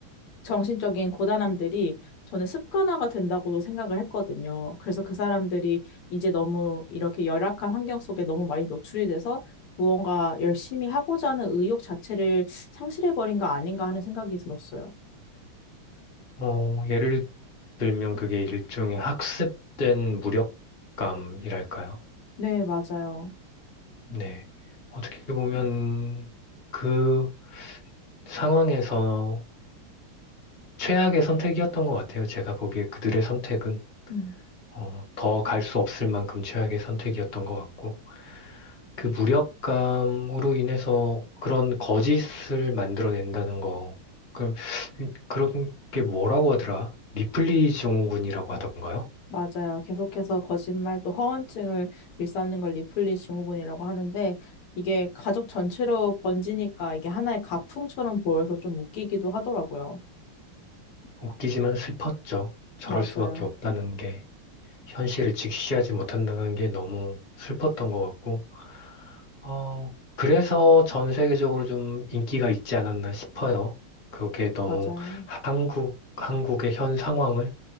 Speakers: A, on the left; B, on the left.
A: 정신적인 고단함들이 저는 습관화가 된다고도 생각을 했거든요. 그래서 그 사람들이 이제 너무 이렇게 열악한 환경 속에 너무 많이 노출이 돼서 무언가 열심히 하고자 하는 의욕 자체를 상실해버린 거 아닌가 하는 생각이 들었어요.
B: 어, 예를 들면 그게 일종의 학습된 무력감이랄까요?
A: 네, 맞아요.
B: 네. 어떻게 보면 그 상황에서 최악의 선택이었던 것 같아요. 제가 보기에 그들의 선택은.
A: 음,
B: 어, 더갈 수 없을 만큼 최악의 선택이었던 것 같고. 그 무력감으로 인해서 그런 거짓을 만들어낸다는 거. 그럼 음, 그런 게 뭐라고 하더라? 리플리 증후군이라고 하던가요?
A: 맞아요. 계속해서 거짓말 또 허언증을 일삼는 걸 리플리 증후군이라고 하는데 이게 가족 전체로 번지니까 이게 하나의 가풍처럼 보여서 좀 웃기기도 하더라고요.
B: 웃기지만 슬펐죠. 저럴
A: 맞아요.
B: 수밖에 없다는 게 현실을 직시하지 못한다는 게 너무 슬펐던 것 같고, 어, 그래서 전 세계적으로 좀 인기가 있지 않았나 싶어요. 그게 너무
A: 맞아요.
B: 한국, 한국의 현 상황을,